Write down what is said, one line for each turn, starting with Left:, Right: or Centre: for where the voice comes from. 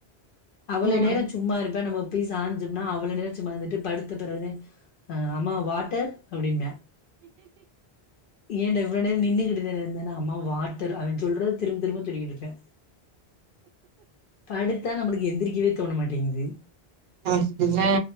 Left: அவ்ள
Right: ம்
Left: நேர சும்மா இருப்ப நம்ம போய் சாஞ்சோம்னா அவ்ளோ நேரோ சும்மாந்துட்டு படுத்த பெறகுதே அம்மா வாட்டர் அப்டிம்பே ஏன்டா இவ்ளோ நேர நின்னு கிட்டு இருந்தானா அம்மா வாட்டர் அப் சொல்றத திரும் திரும்ப சொல்லிகிட்டு இருப்பே படுத்தா நம்மளுக்கு எந்திரிக்கவே தோண மாட்டிங்குது
Right: அப்டி த